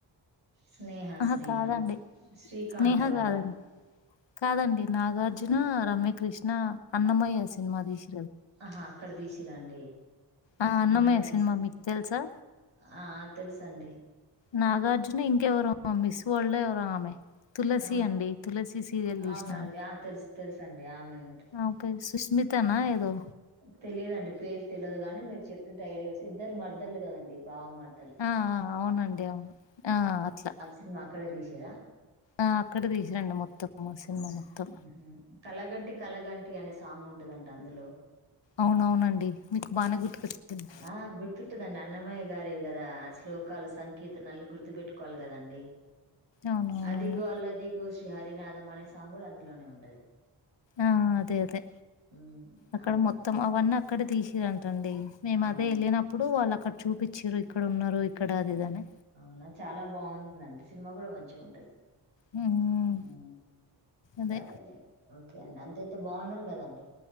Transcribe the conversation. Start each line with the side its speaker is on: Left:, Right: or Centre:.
Right: స్నేహ
Left: ఆహా
Right: స్నేహ
Left: కాదండి
Right: శ్రీకాంత్
Left: స్నేహ
Right: వాలా
Left: కాదండి కాదండి. నాగార్జునా రమ్యకృష్ణా అన్నమయ్య సినిమా తీశి
Right: ఆహా అక్కడ తీశిరాండి.
Left: ఆ!
Right: అన్నమయ్య
Left: సినిమా
Right: సీన్
Left: మీకు తెలుసా?
Right: ఆ ఆ తెల్స్ అండి.
Left: నాగార్జున ఇంకెవరో మిస్ వర్ల్డ్ ఎవరో ఆమె. తులసీ
Right: ఆ
Left: అండి తులసి సీరియల్ తీశినామె.
Right: అవునండి ఆ తెలుసు తెలుసండి ఆమెన్
Left: ఆమె పేరు సుష్మిత్ తానా ఏదో.
Right: తెలీదండి పేరు తెల్వదు గాని, మీరు చెప్తుంటే ఐడియా వస్ ఇద్దరు మర్దళ్ళు కదండి బావ మర్ద.
Left: ఆ ఆ అవునండి అవును. ఆ! అట్లా.
Right: అ సినమా అక్కడే తీశి ర్రా
Left: ఆ అక్కడ తీశింరండి మొత్తం. సినిమా
Right: ఆహ్
Left: మొత్తం.
Right: ఆహ కలగంటి కలగంటి అనే సాంగ్ ఉంటుదంట అందులో
Left: అవునవునండి. మీకు బానే గుర్తుకొచ్చింది.
Right: ఆ గుర్తుంటదండి అన్నమ్మయ్య గారి కదా శ్లోకలు సంకీర్తనల్ని గుర్తుపెట్టుకోవాలి కాదండి
Left: అవునవునవును.
Right: అదిగో అల్లదిగో శ్రీ హరినాథ్ అనే సాంగ్ కూడా అందులోనే ఉంటది
Left: ఆ అదే అదే
Right: హ్మ్
Left: అక్కడ
Right: అవునండి
Left: మొత్తం
Right: గుర్తుంది
Left: అవన్నీ అక్కడే తీసిరండి అండి మేము
Right: అవునా
Left: అదే వెళ్ళినప్పుడు వాళ్ళు అక్కడ చూపిచ్చారు ఇక ఇక్కడ ఉన్నారు ఇక్కడ అది ఇదని
Right: అవునా చాలా బాగుంటుందండి సినిమా కూడా మంచిగా ఉంటది
Left: హ్మ్
Right: ఆ
Left: అదే
Right: సరేలే ఓకే అండి అంత అయితే బాగున్నారు కదండి